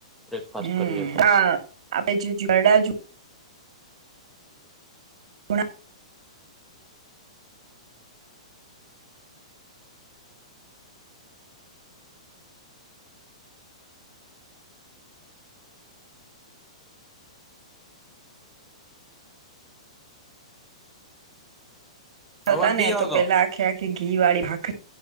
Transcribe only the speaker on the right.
હમ્મ,
હા આપે જુ જોરડાજુ <unintelligible> આવતા
ને
તો પેલા આખે આખ ઘી વાળી ભાખરી